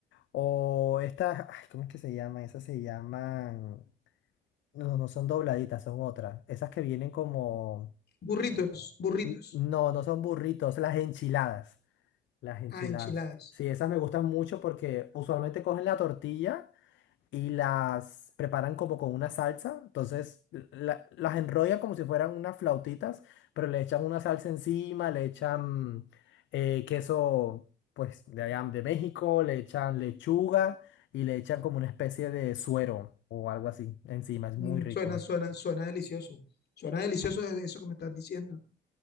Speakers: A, on the left; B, on the left.
A: O estas, ay, ¿cómo es que se llaman? Esas se llaman. No, no son dobladitas, son otras. Esas que vienen como.
B: burritos, burritos,
A: n- No, no son burritos, las enchiladas. Las enchiladas.
B: ah, enchiladas.
A: Sí, esas me gustan mucho porque usualmente cogen la tortilla y las preparan como con una salsa. Entonces la- las enrollan como si fueran unas flautitas, pero le echan una salsa encima, le echan eh, queso pues de allá de México, le echan lechuga y le echan como una especie de suero o algo así encima. Es
B: Mm,
A: muy rico.
B: suena, suena, suena delicioso. Suena delicioso e-, eso que me estás diciendo.